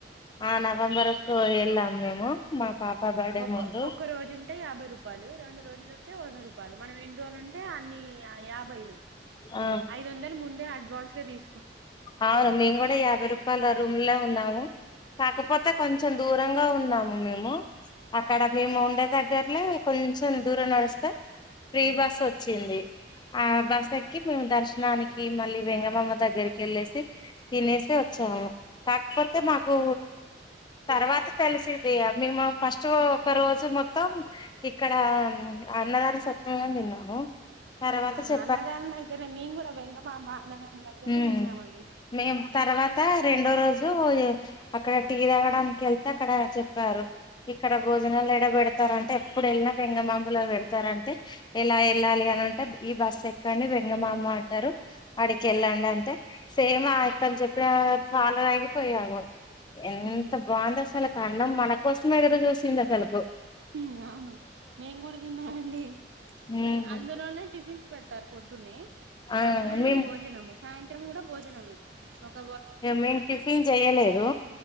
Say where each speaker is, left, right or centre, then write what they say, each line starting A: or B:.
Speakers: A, on the left; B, on the right.
A: ఆ నవంబర్ కు ఏళ్ళాం మేము మా పాప బర్డే
B: ఒక్క
A: ముందు
B: ఒక్క రోజు ఉంటే యాభై రూపాయలు రెండు రోజులుంటే వంద రూపాయలు మనం ఎన్ని రోజులు ఉంటే అన్ని అ యాభై యు
A: ఆ
B: ఐదు వందలు ముందే అడ్వాన్స్ తీసు
A: అవును మేము కూడా యాభై రూపాయలు రూమ్ లోనే ఉన్నాము కాకపోతే కొంచెం దూరంగా ఉన్నాము మేము అక్కడ మేము ఉండే దగ్గర్లో కొంచెం దూరం నడిస్తే ఫ్రీ బస్ వచ్చింది ఆ బస్ తగ్గి మేము దర్శనానికి మళ్ళీ వెంగమమ్మ దగ్గరికి వెళ్ళేసి తినేసి వచ్చాము కాకపోతే మాకు తర్వాత తెలిసింది ఇగ మేము ఫస్ట్ ఒక రోజు మొత్తం ఇక్కడ అన్నదాన సత్వంలనే తిన్నాము తర్వాత
B: ఆ
A: చె
B: అన్నదానం దగ్గర మేము కూడా వెంగమాంబ అన్నదానం దగ్గరనే
A: ఉమ్
B: తిన్నామండి
A: మేము తర్వాత రెండో రోజు అక్కడ టీ తాగ డానికి వెళ్తే అక్కడ చెప్పారు ఇక్కడ భోజనాలు ఏడ బెడతారు అంటే ఎప్పుడు వెళినా బంగమాంబ పెడతారంటే ఎలా వెళ్ళాలి అని అంటే ఈ బస్సు ఎక్కి కాని వెంగమామ అంటారు ఆడి కెళ్ళండి అంటే సేమ్ ఆయన చెప్పిన ఫాలో అయిగిపోయాము ఎంత
B: ఉమ్
A: బాగుంది అసలు అండం మన కోసమే ఎదురు చూసింది అసలు
B: ఉమ్ అవును మేము కూడా తిన్నామండి
A: ఉమ్
B: మేమ్ అందులోనే టిఫిన్స్ పెడ్తారు పొద్దు నే
A: ఆ
B: మధ్యాహ్నం
A: మేము
B: భోజనము సాయంత్రం కూడా భోజనమే ఒక
A: ఇగ మేమ్ టిఫిన్ చెయలేదు